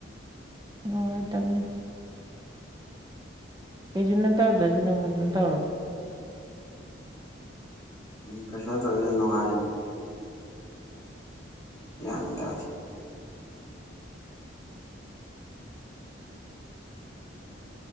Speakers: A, on the right (about 20°); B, on the left (about 20°).
A: ꯅꯨꯡꯉꯥꯏꯇꯕꯅꯤ ꯀꯩꯁꯨꯨꯝ ꯅꯠꯇꯧꯗ꯭ꯔꯁꯨ ꯅꯪ ꯀꯩꯁꯨꯨꯝ ꯇꯧꯔꯣ
B: ꯎꯝ ꯀꯩꯁꯥ ꯇꯗꯤ ꯌꯥꯝ ꯅꯨꯡꯉꯥꯏꯅꯦ꯫ ꯌꯥꯝꯅ ꯇꯥꯗꯦ꯫